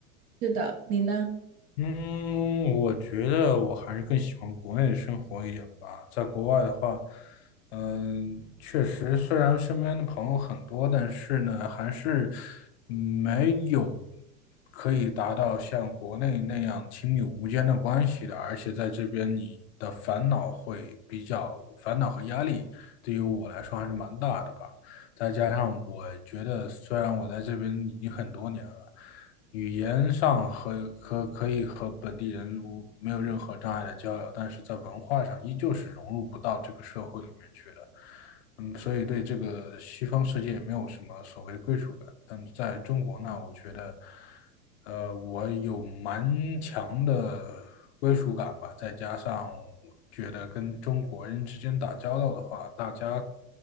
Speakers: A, on the right; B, on the left.
A: 是的，你呢？
B: 嗯，我觉得我还是更喜欢国内的生活一点吧。在国外的话，嗯，确实，虽然身边的朋友很多，但是呢，还是没有可以达到像国内那样亲密无间的关系的。而且在这边，你的烦恼会比较，烦恼和压力对于我来说还是蛮大的吧。再加上我觉得，虽然我在这边已经很多年了。语言上和可可以和本地人无没有任何障碍的交流，但是在文化上依旧是融入不到这个社会里面去的。嗯，所以对这个西方世界没有什么所谓的归属感。但在中国呢，我觉得，呃，我有蛮强的归属感吧，再加上觉得跟中国人之间打交道的话，大家